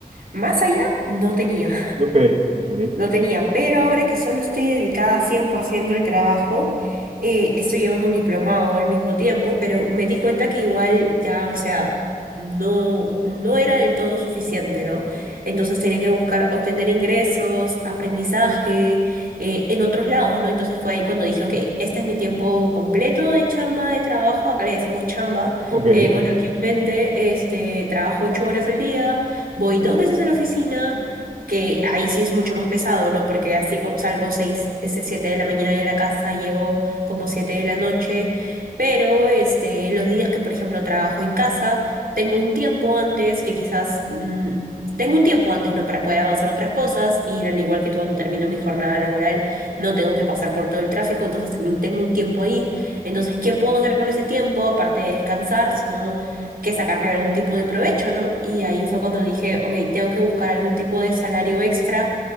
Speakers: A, on the right; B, on the right.
A: más allá, no tenía.
B: Ok, ok,
A: No tenía, pero ahora que solo estoy dedicada 100% al trabajo, eh, estoy llevando un diplomado al mismo tiempo, pero me di cuenta que igual ya, o sea, no, no era del todo suficiente, ¿no? Entonces tenía que buscar obtener ingresos, aprendizaje, eh, en otros lados, ¿no? Entonces fue ahí cuando dije, ok, este es mi tiempo completo de chamba, de trabajo, acá le decimos chamba,
B: ok.
A: eh, coloquialmente, este, trabajo ocho horas al día, voy dos veces a la oficina que ahí sí es mucho más pesado, ¿no? Porque así co- salgo seis, este, 7 de la mañana de la casa, llego como 7 de la noche, pero este, los días que, por ejemplo, trabajo en casa, tengo un tiempo antes que quizás... mm, Tengo un tiempo antes, ¿no? Para poder avanzar otras cosas y al igual que cuando termino mi jornada laboral no tengo que pasar por todo el tráfico, entonces también tengo un tiempo ahí. Entonces, ¿qué puedo hacer con ese tiempo? Aparte de descansar, sino que sacarle algún tipo de provecho, ¿no? Y ahí fue cuando dije, ok, tengo que buscar algún tipo de salario extra